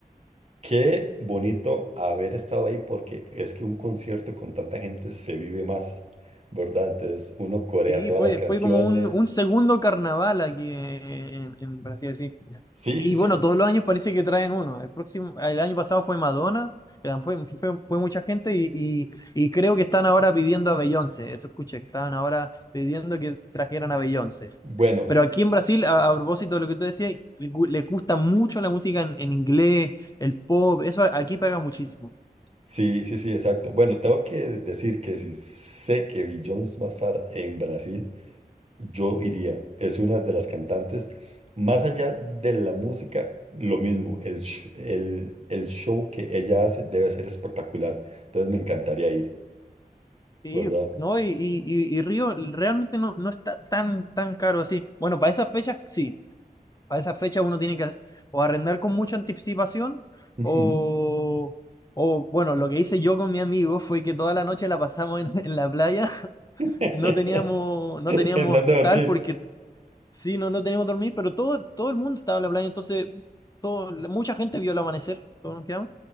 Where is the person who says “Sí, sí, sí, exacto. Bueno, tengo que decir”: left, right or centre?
Right